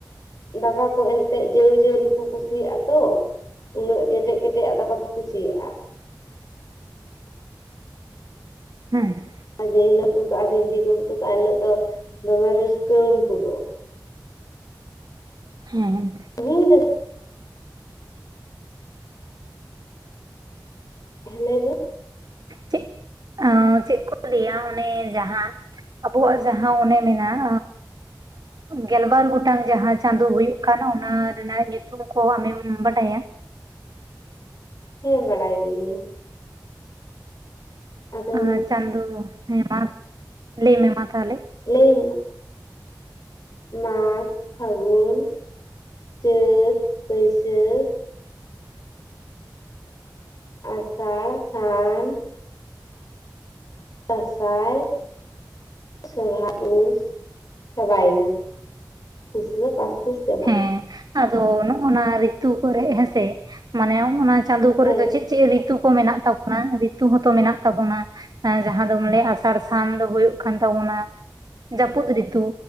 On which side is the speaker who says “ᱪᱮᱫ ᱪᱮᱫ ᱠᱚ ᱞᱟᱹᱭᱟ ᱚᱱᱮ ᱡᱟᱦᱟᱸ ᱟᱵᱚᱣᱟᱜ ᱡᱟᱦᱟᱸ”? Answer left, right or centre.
Right